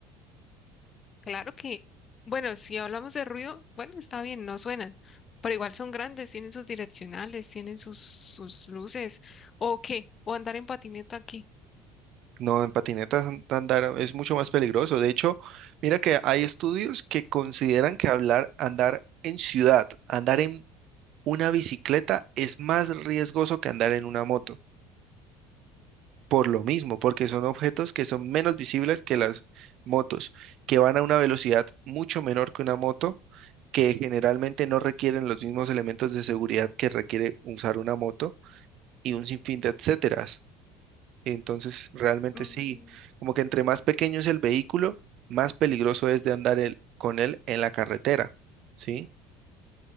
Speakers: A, on the left; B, on the right.
A: claro que, bueno, si hablamos de ruido, bueno, está bien, no suenan, pero igual son grandes, tienen sus direccionales, tienen sus, sus luces. ¿O qué? ¿O andar en patineta aquí?
B: No, en patinetas an- andar es mucho más peligroso. De hecho, mira que hay estudios que consideran que hablar, andar en ciudad, andar en una bicicleta es más riesgoso que andar en una moto. Por lo mismo, porque son objetos que son menos visibles que las motos, que van a una velocidad mucho menor que una moto, que generalmente no requieren los mismos elementos de seguridad que requiere usar una moto y un sinfín de etcéteras. Entonces, realmente
A: Mm,
B: sí, como que entre más pequeño es el vehículo, más peligroso es de andar el- con él en la carretera, ¿sí?